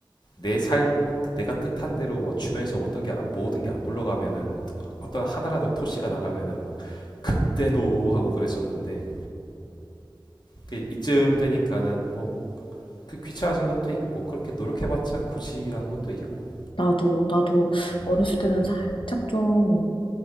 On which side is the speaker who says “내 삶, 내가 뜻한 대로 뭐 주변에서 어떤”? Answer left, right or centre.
Left